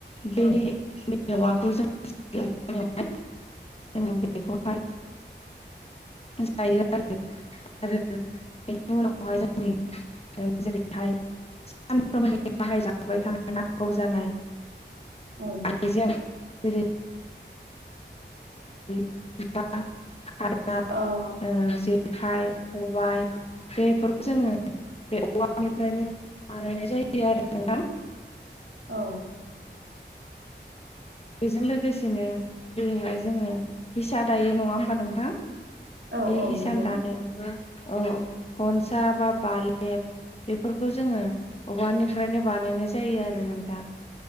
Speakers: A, on the left; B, on the right.
A: बेनि मेवाखौ जों <unintelligible> जोङो बेखौहाय जायो आरो आरो बेनि उनावहाय जोंनि जेरै बेहाय सानफ्रोमबोनि बाहायजाबाय थानाय नांगौ जानाय
B: औ।
A: हैजों जेरै <unintelligible> <unintelligible>
B: औ।
A: ओ जेखाइ खबाय बेफोरखौ जोङो बे औवा निफ्रायनो बानायनाय जायो आरो नोंथां।
B: औ।
A: बेजों लोगोसेनो जेरैहाय जोङो हिसा दायो नङा होमबा नोंथां?
B: औ
A: बे
B: औ
A: हिसान
B: नंगौ
A: दानायावबो औ खनसा बा बालेब बेफोरखौ जोङो औवानिफ्रायनो बानायनाय जायो आरो नोंथां।